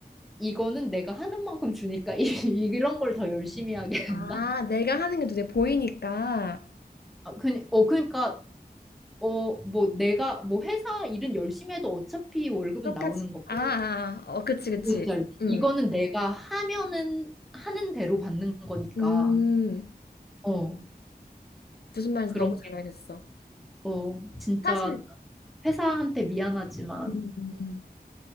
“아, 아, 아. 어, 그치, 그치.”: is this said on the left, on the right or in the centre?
Left